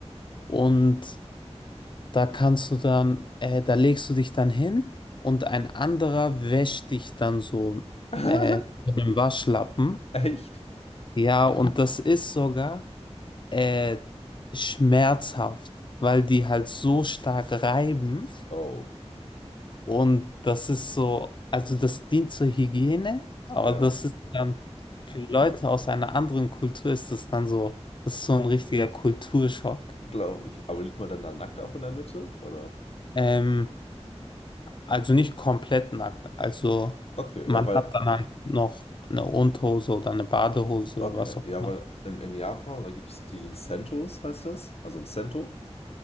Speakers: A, on the left (about 45°); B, on the left (about 65°).
A: Und Da kannst du dann, äh, da legst du dich dann hin und ein anderer wäscht dich dann so
B: <laughs>
A: äh, mit einem Waschlappen.
B: Echt?
A: Ja, und das ist sogar äh, schmerzhaft, weil die halt so stark reiben
B: Oh,
A: und das ist so, also das dient zur Hygiene, aber
B: ja,
A: das ist dann für Leute aus einer anderen Kultur ist das dann so, das ist so ein richtiger Kulturschock.
B: glaube ich. Aber liegt man dann da nackt auch in der Mitte, oder?
A: Ähm, Also nicht komplett nackt. Also
B: Okay,
A: man
B: ja, weil,
A: hat dann halt noch eine Unterhose oder eine Badehose,
B: okay,
A: was auch
B: ja,
A: immer.
B: weil in, in Japan, da gibt es die Sentos, heißt das, also ein Sento,